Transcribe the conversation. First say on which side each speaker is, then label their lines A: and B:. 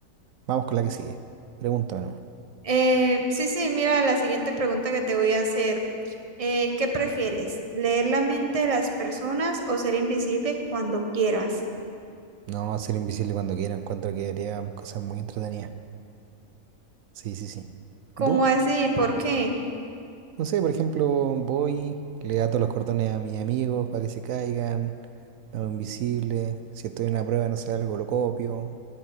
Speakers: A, on the right; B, on the right.
A: Vamos con la que sigue. Pregúntame nomás.
B: Eh, sí, sí, mira la siguiente pregunta que te voy a hacer. Eh, ¿qué prefieres? ¿Leer la mente de las personas o ser invisible cuando quieras?
A: No, ser invisible cuando quiera. Encuentro que haría cosas muy entretenidas. Sí, sí, sí.
B: ¿Cómo
A: ¿Y tú?
B: así? ¿Por qué?
A: No sé, por ejemplo, voy, le ato los cordones a mis amigos para que se caigan. Me hago invisible. Si estoy en una prueba, no sé, algo lo copio.